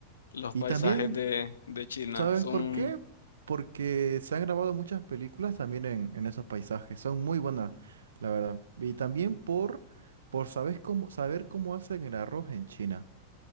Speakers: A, on the left; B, on the right.
A: Los
B: Y
A: paisajes
B: también,
A: de, de China
B: ¿sabes
A: son,
B: por qué? Porque se han grabado muchas películas también en, en esos paisajes. Son muy buenas, la verdad. Y también por, por sabes cómo, saber cómo hacen el arroz en China.